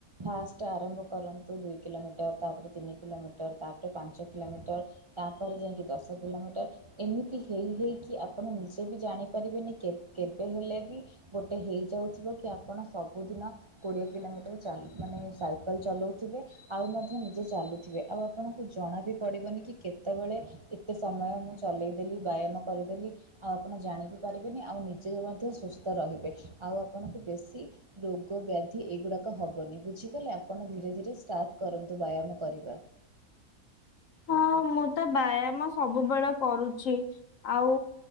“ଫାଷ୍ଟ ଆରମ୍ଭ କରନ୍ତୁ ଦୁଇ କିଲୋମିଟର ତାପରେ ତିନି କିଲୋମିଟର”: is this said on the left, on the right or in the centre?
Right